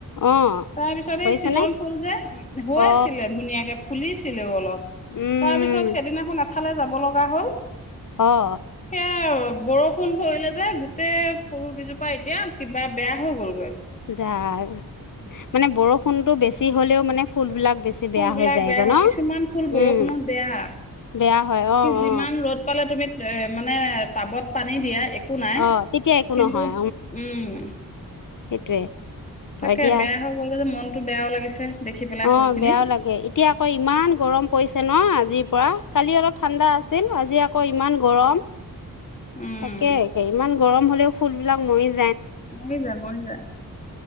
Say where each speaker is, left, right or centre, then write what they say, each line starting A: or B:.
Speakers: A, on the left (about 55°); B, on the left (about 20°).
A: অ
B: তাৰপিছত
A: কৰিছানে
B: এই সৃজন ফুল যে হৈ
A: অ
B: আছিলে ধুনীয়াকে ফুলিছিলেও অলপ।
A: উম
B: তাৰ পিছত সেইদিনাখন আপ ফালে যাব লগা হ'ল।
A: অ',
B: এ', বৰষূণ ফোন পৰিলে যে গোটেই ফুল গিজোপা এতিয়া কিবা বেয়া হৈ গলগৈ।
A: যাক, মানে বৰষুণতটো বেছি হ'লেও মানে ফুলবিলাক বেছি
B: ফুল
A: বেয়া
B: বিলাক
A: হৈ যায়গৈ
B: বেয়া হয়
A: ন
B: কিছুমান ফুল
A: উম
B: বৰষুণত বেয়া,
A: বেয়া হয় অ
B: কি যিমান
A: অ
B: ৰ'দ পালে তুমি এ, মানে টাবত পানী দিয়া এ একো নাই
A: অ তেতিয়া একো
B: কিন্তু,
A: নহয়
B: উম।
A: সেইটোৱে। হয়
B: তাকে
A: দিয়া
B: বেয়া হৈ গ'লগে যে মন তো বেয়াও লাগিছে। দেখি পেলাই
A: অ,
B: ফুল খিনি।
A: বেয়াও লাগে এতিয়া আকৌ ইমান গৰম পৰিছে ন আজিৰ পৰা কালি অলপ ঠাণ্ডা আছে আছিল আজি আকৌ ইমান গৰম।
B: উম,
A: তাকে ইমান গৰম হ'লেও ফুল বিলাক মৰি য
B: মৰিযায়-মৰিযায়,